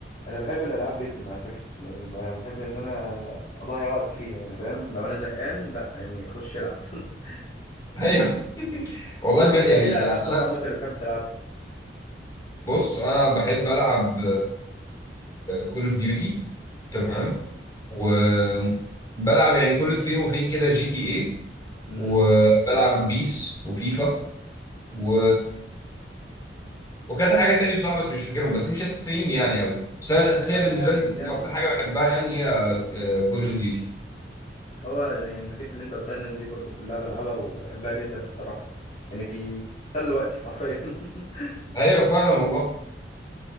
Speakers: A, on the left (about 45°); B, on the left (about 20°).
A: انا بحب الالعاب جدا على فكره يعني بح- بحب ان انا اضيع وقتي فيها يعني فاهم لو انا زهقان لا يعني خش العب <laughs>
B: <laughs> ايوه والله
A: طب
B: بجد
A: ايه
B: يعني
A: ايه الالعاب
B: آه، انا
A: طبعا مثلا اللي بتحب تلعبها
B: بص انا بحب العب كول اوف ديوتي تمام
A: حلو
B: وبلعب يعني كل فين وفين كده جي تي اي
A: امم
B: وبلعب بيس وفيفا و... وكذا حاجه تانية بصراحه بس مش فاكرهم بس مش اساسيين يعني قوي بس انا الاساسيه
A: لا لا
B: بالنسبه
A: جامد
B: لي
A: جامد
B: اكتر حاجه بحبها يعني هي كول اوف ديوتي
A: هو يعني الحاجات اللي انت قلتها لي دي برضو كلها بلعبها وبحبها جدا الصراحه يعني بي- بيسلوا وقتي حرفيا <laughs>
B: ايوه فعلا والله